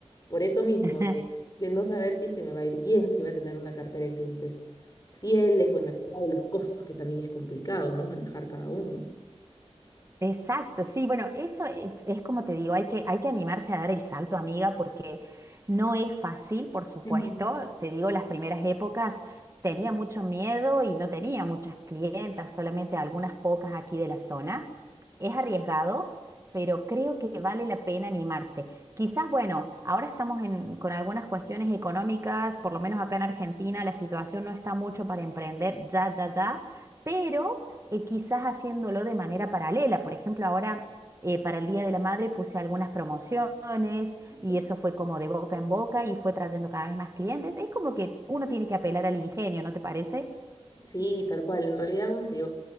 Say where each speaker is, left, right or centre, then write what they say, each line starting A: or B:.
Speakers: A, on the left; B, on the right.
A: por eso mismo,
B: <laughs>
A: de, de no saber si es que me va a ir bien, si voy a tener una cartera de clientes fieles, bueno, el tema de los costos que también es complicado, ¿no? Manejar cada uno.
B: Exacto, sí, bueno, eso eh, es como te digo, hay que, hay que animarse a dar el salto, amiga, porque no es fácil, por supuesto.
A: Ujú.
B: Te digo, las primeras épocas tenía mucho miedo y no tenía muchas clientas, solamente algunas pocas aquí de la zona. Es arriesgado, pero creo que vale la pena animarse. Quizás, bueno, ahora estamos en- con algunas cuestiones económicas, por lo menos acá en Argentina la situación no está mucho para emprender ya, ya, ya, pero eh, quizás haciéndolo de manera paralela. Por ejemplo, ahora eh, para el Día de la Madre puse algunas promociones
A: Ujú.
B: y eso fue como de boca en boca y fue trayendo cada vez más clientes. Es como que uno tiene que apelar al ingenio, ¿no te parece?
A: Sí, tal cual. En realidad, como te digo,